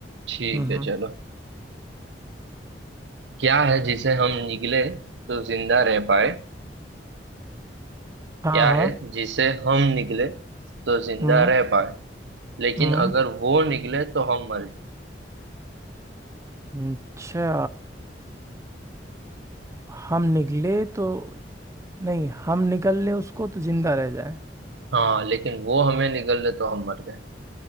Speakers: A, on the right (about 70°); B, on the right (about 15°).
A: ठीक
B: हम्म
A: है
B: हम्म,
A: चलो क्या है जिसे हम निगले तो जिंदा रह पाए
B: हाँ
A: क्या
B: हाँ
A: है जिसे हम निगले तो जिंदा
B: हम्म
A: रह पाए लेकिन
B: हम्म
A: अगर वो निगले तो हम मर गए
B: अच्छा हम निकले तो नहीं हम निकल ले उसको तो जिंदा रह जाए
A: हाँ लेकिन वो हमें निगल ले तो हम मर गए